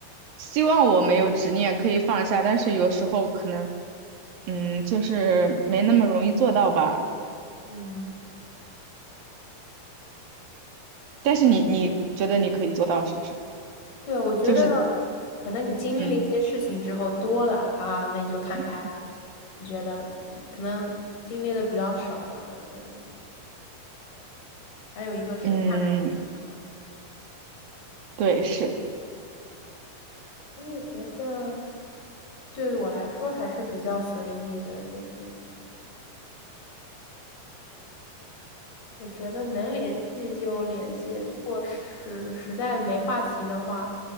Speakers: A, on the right; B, on the left.
A: 希望我没有执念可以放下，但是有时候可能，嗯，就是没那么容易做到吧。
B: 嗯，
A: 但是你你觉得你可以做到是不是？
B: 对，我觉得
A: 就是
B: 可能你经历了一些事情之后多了啊，
A: 嗯
B: 那你就看开了。
A: 嗯
B: 你觉得嗯可能经历的比较少吧？我觉得还有一个是看人性格，
A: 嗯，对，是
B: 所以我觉得对于我来说还是比较随意的，就是我觉得能联系就联系，如果是实在没话题的话，